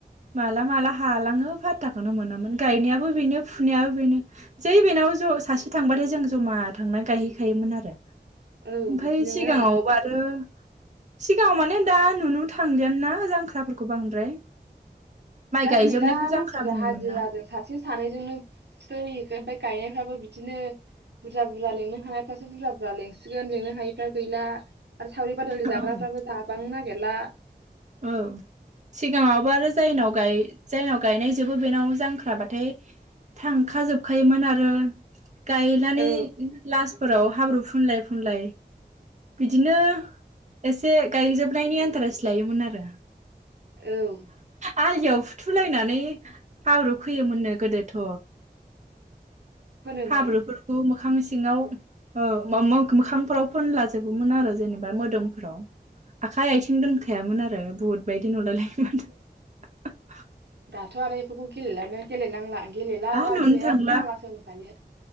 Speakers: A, on the right; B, on the right.
A: माला माला हालाङो फाथाखोनो मोनामोन गायनायाबो बेनो फुनायाबो बेनो जै बेनाव ज सासे थांबाथाय जों जमा थांनानै गायहैखायोमोन आरो
B: औ
A: ओमफाय
B: बिदिनोमोन
A: सिगाङावबो आरो। सिगाङाव माने दा नुनो थांलिया ना जांख्राफोर खौ बांद्राय
B: दा
A: गायजोबनायखौ
B: गैला मानसिफ्रा
A: जांख्रा बुङोमोन
B: हाजिरादो
A: ना
B: सासे सानैजोंनो सय इखो ओमफाय गायनायफ्राबो बिदिनो बुरजा बुरजा लिंनो हानायफ्रासो बुरजा बुरजा लिंसिगोन लिंनो हायिफ्रा गैला। आरो सावरि बादालि
A: औ
B: जाग्राफ्राबो जाबांनो नागिर ला
A: औ सिगाङावबो आरो जायनाव गाय जायनाव गायनायजोबो बेनाव जांख्राबाथाय थांखाजोबखायोमोन आरो गायनानै
B: औ
A: लासफोराव हाब्रु फुनलाय फुनलाय बिदिनो एसे गायजोबनायनि एनटारेस्त लायोमोन आरो।
B: औ
A: आलियाव फुथुलायनानै हाब्रु होयोमोननो गोदोथ
B: फोनोमोन
A: हाब्रुफोरखौ मोखां। सिङाव मो-मो-मोखांफोराव फोनलाजोबोमोन आरो जेनेबा मोदोमफोराव आखाइ आथिं दोनखायामोन आरो बुहुत बायदि नुलायलायोमोन <unintelligible>
B: दाथ आरो बेफोरखौ गेलेलानो गेलेेनांला गेलेला
A: नुनो
B: गेलेया
A: थांला
B: फुननाङासो होनखायो।